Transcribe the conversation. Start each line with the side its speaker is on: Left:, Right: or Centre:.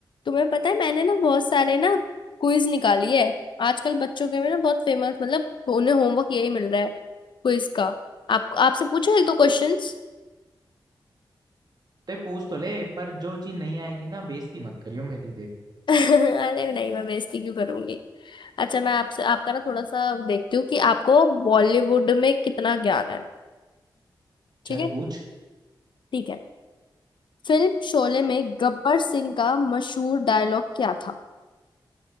Left: तुम्हें पता है मैंने ना बहुत सारे ना क्विज निकाली है आजकल बच्चों के में ना बहुत फेमस मतलब उन्हें होमवर्क यही मिल रहा है क्विज का आपको आपसे पूछो एक दो क्वेश्चंस
Right: ते पूछ तो ले पर जो चीज नहीं आएगी ना बेइज्जती मत करियो मेरी देख
Left: <laughs> अरे नहीं मैं बेइज्जती क्यों करूंगी अच्छा मैं आपसे आपका ना थोड़ा सा देखती हूँ कि आपको बॉलीवुड में कितना ज्ञान है ठीक
Right: चल
Left: है
Right: पूछ
Left: ठीक है फिल्म शोले में गब्बर सिंह का मशहूर डायलॉग क्या था